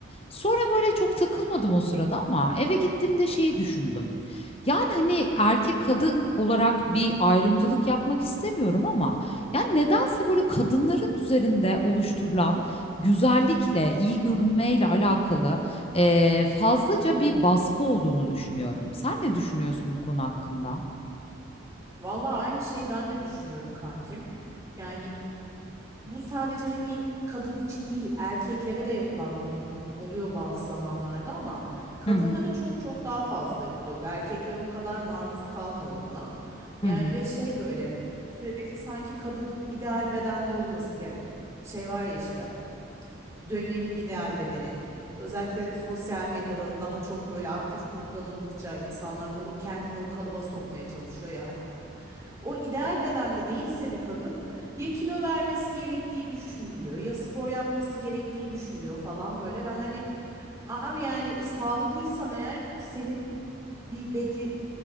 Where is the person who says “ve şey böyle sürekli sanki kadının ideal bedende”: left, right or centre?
Right